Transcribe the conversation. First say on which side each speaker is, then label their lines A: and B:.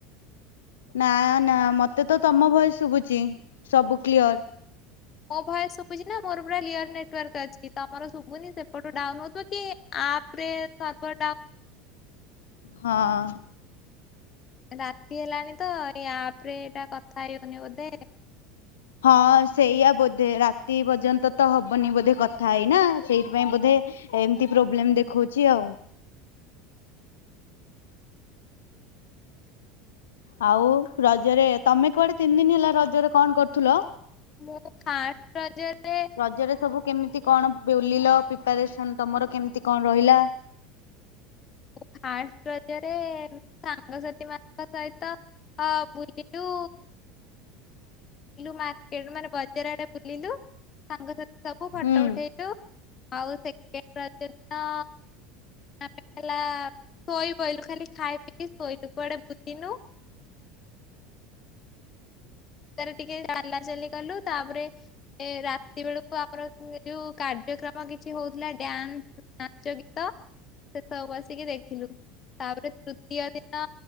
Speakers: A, on the left; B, on the left.
A: ନା ନା ମତେ ତ ତମ ଭଏସ ଶୁବୁଚି ସବୁ କ୍ଲିଅର।
B: ମୋ ଭଏସ ଶୁବୁଚି ନା ମୋର ପୁରା ଲିୟର ନେଟୱାର୍କ ଅଛି ତମର ଶୁଭୁନି ସେପଟୁ ଡାଉନ ହଉଥିବ। କି ଆପରେ ସର୍ବର ଡା
A: ହଁ।
B: ରାତି ହେଲାଣି ତ ଏଇ ଆପ ରେ ଏଇଟା କଥା ହେଇବନି ବୋଧେ?
A: <inaudible> ହଁ ସେଇଆ ବୋଧେ ରାତି ପର୍ଯ୍ୟନ୍ତ ତ ହବନି ବୋଧେ କଥା ହେଇନା ସେଇଥିପାଇଁ ବୋଧେ ଏମିତି ପ୍ରୋବ୍ଲେମ ଦେଖଉଚି ଆଉ। ଆଉ ରଜରେ ତମେ କୁଆଡେ ତିନି ଦିନ ହେଲା ରଜରେ କଣ କରୁଥୁଲ?
B: ମୁଁ ଫାଷ୍ଟ ରଜରେ
A: ରଜରେ ସବୁ କେମିତି କଣ ବୁଲିଲ ପିପାରେସନ ତମର କେମିତି କଣ ରହିଲା?
B: ଫାଷ୍ଟ ରଜରେ ସାଙ୍ଗସାଥୀ ମାନ ଙ୍କ ସହିତ ବୁଲିଲୁ ମାର୍କେଟ ମାନେ ବଜାରଆଡେ ବୁଲିଲୁ ସାଙ୍ଗସାଥି ସବୁ ଫଟୋ
A: ହୁଁ
B: ଉଠେଇଲୁ ଆଉ ସେକେଣ୍ଡ ରଜ ଦିନ ତାପରେ ହେଲା ଶୋଇପଇଲୁ ଖାଲି ଖାଇ ପିଇିକି ଶୋଇଲୁ କୁଆଡେ ବୁଲିନୁ ପଦାରେ ଟିକେ ଚାଲା ଚାଲି କଲୁ ତାପରେ ଏ ରାତି ବେଳକୁ ଆମର ଯୋଉ କା କାର୍ଯ୍ୟକ୍ରମ କିଛି ହଉଥିଲା ଡ଼ାନ୍ସ ନାଚ, ଗୀତ ସେ ସବୁ ବସିକି ଦେଖିଲୁ। ତାପରେ ତୃତୀୟ ଦିନ